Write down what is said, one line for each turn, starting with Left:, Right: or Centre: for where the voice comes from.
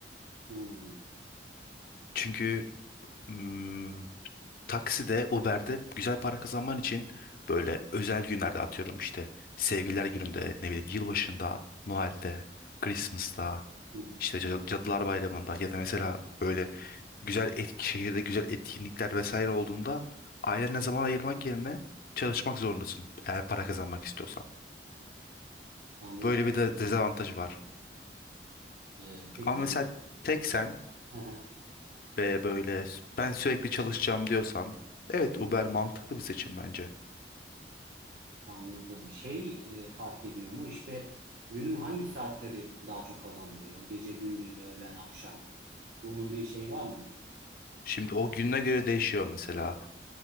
Right: Hmm,
Left: Çünkü hmm, Takside, Uber'de güzel para kazanman için böyle özel günlerde atıyorum işte sevgililer gününde, ne bileyim yılbaşında, Noel'de, Christmas'ta,
Right: hı hı,
Left: işte Cad- Cadılar Bayramı'nda ya da mesela böyle güzel et, şehirde güzel etkinlikler vesaire olduğunda ailene zaman ayırmak yerine çalışmak zorundasın eğer para kazanmak istiyorsan.
Right: anladım.
Left: Böyle bir de dezavantajı var.
Right: E, peki
Left: Ama mesela tek sen
Right: <laughs>
Left: ve böyle ben sürekli çalışacağım diyorsan evet Uber mantıklı bir seçim bence.
Right: Anladım. Şey e, fark ediyor mu? İşte günün hangi saatleri daha çok kazandırıyor? Gece, gündüz, öğlen, akşam. Bunun bir şeyi var mı?
Left: Şimdi o gününe göre değişiyor mesela.